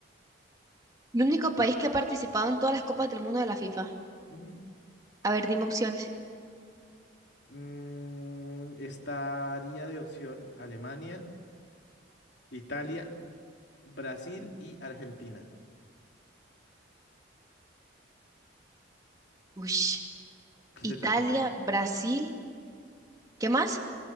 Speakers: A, on the right (about 20°); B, on the left (about 60°).
A: el único país que ha participado en todas las copas del mundo de la FIFA.
B: Ujú.
A: A ver, dime opciones.
B: Mm, estaría de opción Alemania, Italia, Brasil y Argentina.
A: Ush,
B: ¿Qué
A: Italia,
B: se te ocurre?
A: Brasil, ¿qué más?